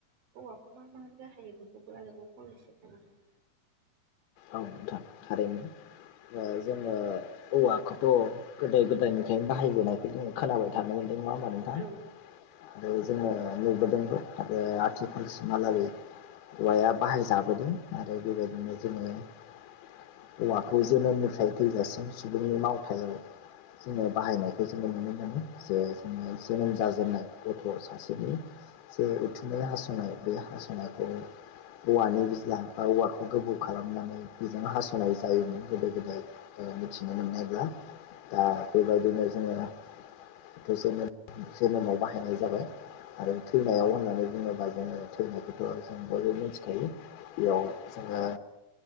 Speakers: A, on the right; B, on the left.
A: औवाखौ मा मा बाहायो बेखौ आरोबाव फंनैसे बुंनो हागौ
B: औ नोंथां थारैनो जोङो औवाखौथ' गोदो गोदायनिफ्रायनो बाहायबोनायखौ जोङो खोनाबाय थानो मोनदों नङा होमबा नोंथां
A: हागोन औ
B: आरो जोङो नुबोदोंबो आरो आथिखालसिमहालागै औवाया बाहायजाबोदों आरो बेबायदिनो जोङो औवाखौ जोनोमनिफ्राय थैजासिम सुबुंनि मावथायाव जोङो बाहायनायखौ जोङो नुनो मोनो जे जोङो जोनोम जाजेननाय गथ' सासेनि जे उथुमाय हास'नाय बे हास'नायखौ औवानि बिज्ला बा औवाखौ गोबौ खालामनानै बेजों हास'नाय जायोमोन गोदो गोदाय ओ मिथिनो मोननायब्ला दा बेबायदिनो जोङोना बेखौ जोनोम जोनोमाव बाहायनाय जाबाय आरो थैनायाव होननानै बुङोबा जोङो थैनायखौथ' जों बयबो मिथिखायो बेयाव जोङो